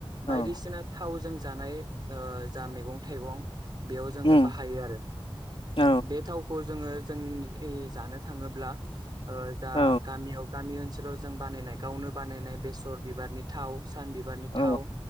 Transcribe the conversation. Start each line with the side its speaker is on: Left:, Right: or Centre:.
Left: औ
Right: बायदिसिना थावजों जा जानाय ओ जा मैगं थाइगं बेयाव जोङो
Left: उम
Right: बाहायो आरो
Left: औ
Right: बे थावखौ जोङो जों ओइ जानो थाङोब्ला ओ जा
Left: औ
Right: गामियाव गामि ओनसोलाव जों बानायनाय गावनो बानायनाय बेसर बिबारनि थाव सान बिबारनि
Left: औ
Right: थाव